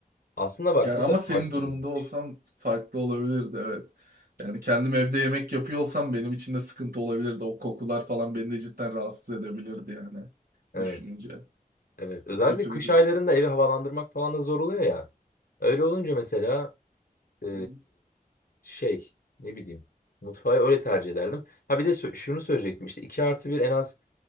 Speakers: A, on the left; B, on the right.
A: Aslında bak
B: Yani
A: bu
B: ama
A: da
B: senin
A: farklı
B: durumunda
A: bir bakış.
B: olsam farklı olabilirdi evet. Yani kendim evde yemek yapıyor olsam benim için de sıkıntı olabilirdi. O kokular falan beni de cidden rahatsız edebilirdi yani
A: Evet.
B: düşününce.
A: Evet. Özellikle
B: O kötü
A: kış
B: bir durum.
A: aylarında evi havalandırmak falan da zor oluyor ya. Öyle olunca mesela e,
B: Hı
A: şey ne bileyim mutfağı öyle tercih ederdim. Ha bir de sö- şunu söyleyecektim işte 2 artı bir en az